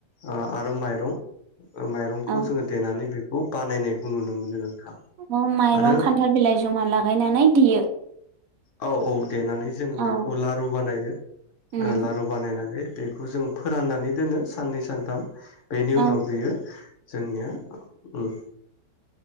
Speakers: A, on the left; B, on the right.
A: आ आरो माइरं ओ माइरंखौ
B: औ
A: जोङो देनानै बे खौ बानायनायखौ नुनो मोनो आं
B: औ माइरं
A: आरो
B: खान्थाल बिलाइ जमा लागायनानै देयो
A: <inaudible> औ औ देनानै जोङो
B: औ
A: बेखौ लारु बानायो
B: उम
A: लारु बानायनानै बेखौ जों फोराननानै दोनो साननै सानथाम बेनि
B: औ
A: उनाव बेयो जोंनिया उम